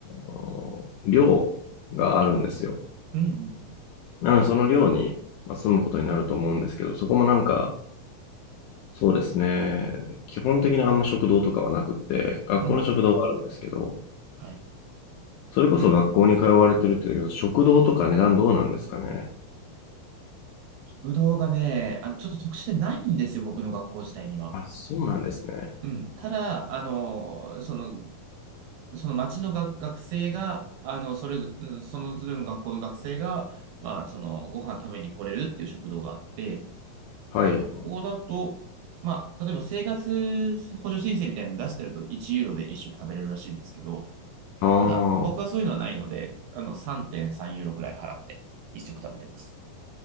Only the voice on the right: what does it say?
うんうん。
うんうん。はい。
ぶどうがね、あの、ちょっと特殊でないんですよ、僕の学校自体には。
うん。ただ、あの、その、その町のが学生が、あの、それぞ、うんそのずれの学校の学生が、まあ、その、ご飯食べに来れるっていう食堂があって、
そこだと、まあ、例えば生活補助申請みたいなの出してると1ユーロで1食食べれるらしいんですけど、
ただ、僕はそういうのはないので、あの、3.3ユーロくらい払って、一食食べてます。